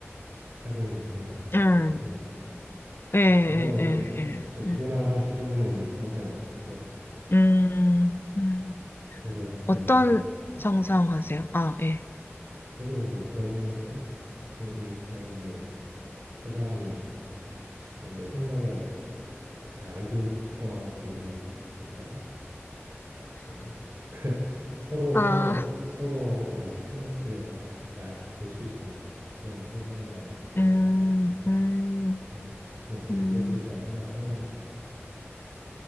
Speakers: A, on the right (about 65°); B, on the left (about 50°).
A: 살고 있는 그런 게 아닐까,
B: 음,
A: 뭐 이런 생각이.
B: 예, 예,
A: 그거는
B: 예,
A: 네, <laughs>
B: 예.
A: 진짜 누구나
B: 예.
A: 한 번씩 해보는 상상인 것 같아요, 그거는.
B: 음, 음.
A: 저도 가끔,
B: 어떤 상상하세요? 아, 예.
A: 저도 뭐 그런 생각들? 그- 이렇게 했는데, 저 사람이 어, 내 생각을 다 알고 있거나 뭐 이러면 어떡하지? 그런 거? 서로,
B: 아,
A: 서로, 서로 만약에 생각들을 다 알, 볼 수 있다면, 그런 세상이라면 어떨까,
B: 음,
A: 뭐 이런 생각.
B: 음,
A: 그런 것 같아요. 그럼 되게
B: 음,
A: 무섭겠다는 생각을 항상 해요.